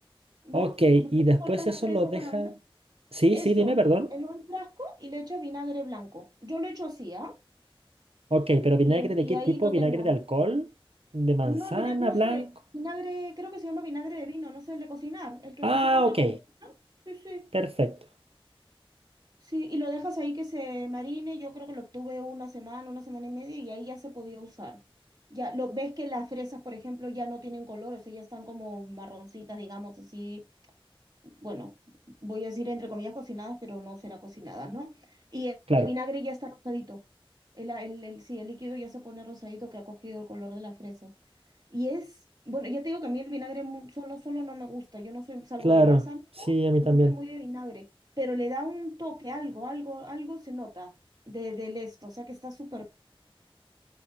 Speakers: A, on the right; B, on the right.
A: ¿no?
B: Ok, y
A: Porque
B: después
A: tú cortas la
B: eso
A: fresa
B: lo deja.
A: para comer.
B: Sí,
A: Eso,
B: sí, dime, perdón.
A: en un frasco y le echas vinagre blanco. Yo lo echo así, ¿ah?
B: Ok, pero vinagre
A: Y, es-
B: de
A: y
B: qué
A: ahí
B: tipo?
A: lo
B: ¿Vinagre
A: tengo.
B: de alcohol? ¿De manzana
A: No, vina- no
B: blanco?
A: sé, vinagre, creo que se llama vinagre de vino, no sé, el de cocinar, el que
B: Ah,
A: se compra
B: ok.
A: para cocinar. Sí, sí.
B: Perfecto.
A: Sí, y lo dejas ahí que se marine, yo creo que lo obtuve una semana, una semana y media, y ahí ya se podía usar. Ya, lo ves que las fresas, por ejemplo, ya no tienen color, o sea, ya están como marroncitas, digamos, así, bueno, voy a decir entre comillas cocinadas, pero no será cocinadas, ¿no? Y el,
B: Claro.
A: el vinagre ya está rosadito. El, el, el- sí, el líquido ya se pone rosadito que ha cogido el color de las fresas. Y es, bueno, ya te digo que a mí el vinagre mu- solo, solo no me gusta. Yo no soy, salvo
B: Claro.
A: el balsámico,
B: Sí, a mí
A: no
B: también.
A: soy muy de vinagre, pero le da un toque, algo, algo, algo se nota de, del esto, o sea que está súper.